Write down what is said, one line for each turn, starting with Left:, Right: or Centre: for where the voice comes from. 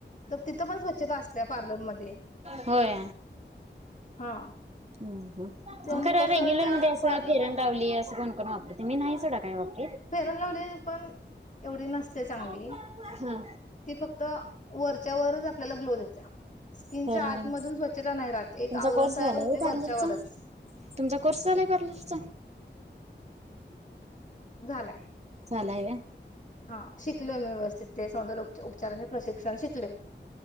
Left: तर तिथं पण स्वच्छता असते पार्लरमध्ये
Right: होय. होय.
Left: हा.
Right: ह ह
Left: त्यां
Right: खरं
Left: कसं
Right: रेग्युलर
Left: त्या
Right: मध्ये असं
Left: पार्लर
Right: फेरन
Left: मध
Right: लवली असं कोण कोण वापरतं मी नाही सोडा काय वापरत
Left: फेरन लवली पण एवढी नसत्या चांगली.
Right: हा
Left: ती फक्त वर चेहऱ्यावरच आपल्याला ग्लो देते स्किनच्या
Right: फेरन
Left: आतमधून
Right: लावली
Left: स्वच्छता नाही राहत एक
Right: तुमचा
Left: आवरण
Right: कोर्स
Left: तयार
Right: झालाय
Left: होते
Right: होय पार्लरचा?
Left: वरच्यावरच
Right: तुमचा कोर्स झालाय पार्लरचा?
Left: झालंय
Right: झाला या
Left: हा शिकलोय म व्यवस्थित ते सौंदर्य उपचारांचे प्रशिक्षण शिकले